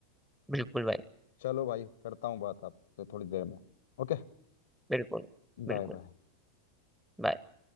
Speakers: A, in the centre; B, on the left (about 60°).
A: बिल्कुल भाई
B: चलो भाई करता हूँ बात आपसे थोड़ी देर में ओके
A: बिल्कुल बिल्कुल
B: Bye bye
A: bye।